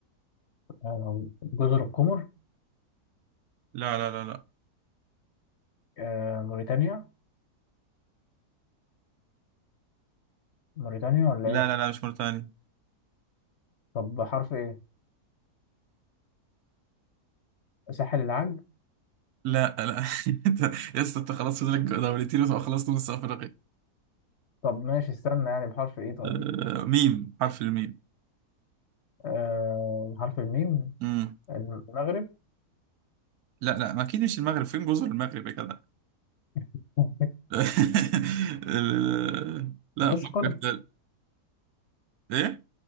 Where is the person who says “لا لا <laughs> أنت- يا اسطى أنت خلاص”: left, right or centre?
Right